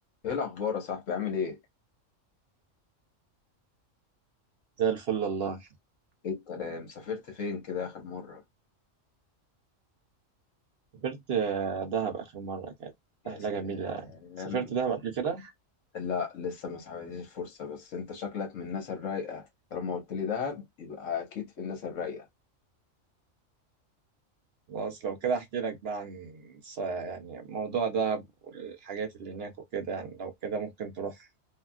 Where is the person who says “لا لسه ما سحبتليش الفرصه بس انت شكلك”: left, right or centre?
Left